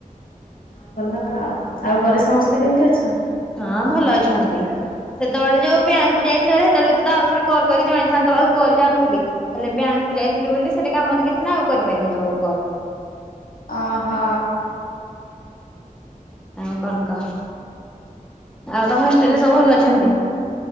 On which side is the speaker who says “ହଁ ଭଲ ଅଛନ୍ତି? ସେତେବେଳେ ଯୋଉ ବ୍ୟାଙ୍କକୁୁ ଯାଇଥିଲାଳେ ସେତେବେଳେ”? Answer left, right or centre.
Centre